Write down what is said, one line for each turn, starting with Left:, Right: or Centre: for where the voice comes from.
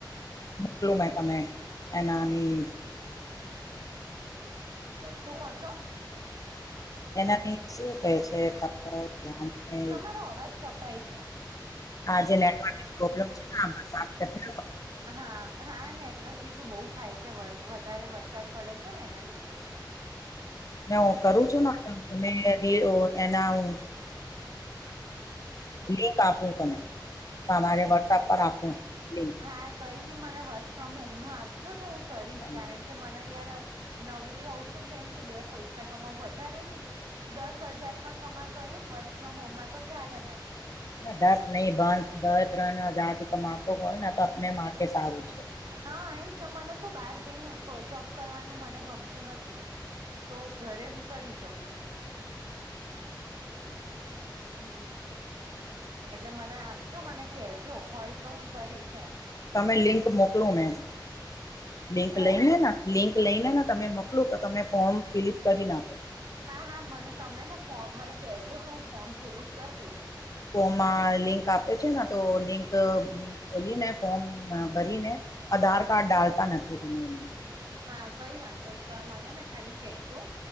Left: એટલું મે તમે એનાની
Right: શું કો છો?
Left: એનાની શું કહે છે કપ ધને?
Right: તારો અવાજ કપાય છે.
Left: આજે નેટવર્ક ની પ્રોબ્લેમ છેન <inaudible>
Right: હા હા નેટવર્ક ઈશુ બહુ થાય છે. <unintelligible> વધારે વરસાદ પડે છે ને એના લીધે.
Left: મે હું કરું છું <unintelligible> એના હું. લિક આપું તમે, તમારે વોટ્સપ પર આપું. લિંક
Right: હા કઈ નહી મને વર્ક ફ્રોમ હોમ નું આપજો તો હું કરીશ.
Left: હા
Right: કારણ કે મને યાર નવરી હોઉં છું ને એમ કે બે પૈસા કમાવ વધારે નહી. દસ હજાર પણ કમાતો હોય ને વર્ક ફ્રોમ હોમમાં તો ચાલે મને.
Left: દસ નહી બંધ બે ત્રણજ કમાતો હોય ને તો આપને માટે સારું છે.
Right: હા એ મને શું બહાર જઈને જોબ કરવાનું મને ગમતું નથી તો ઘરે હું કરી શકું છું. હમ્મ, એટલે મને આપજો મને કેજો હોય તો હું કરીશ એમ.
Left: તમે લિંક મોકલુ મે, લિંક
Right: હે
Left: લઈને ના? લિંક લઈને ને તમે મોકલો તો તમે ફોર્મ ફિલઅપ કરી નાખો.
Right: હા હા મને તમે ને ફોર્મ મને કજો તો હું ફોર્મ ફિલઅપ કરી દઈશ.
Left: ફોમાં લિંક આપે છે ને તો લિંક બોલી ને ફોર્મ ભરીને અધાર કાર્ડ ડાલતા નથી તમે એ.
Right: હા કઈ વાંધો નહી તમે મને ને ખાલી કહેજો,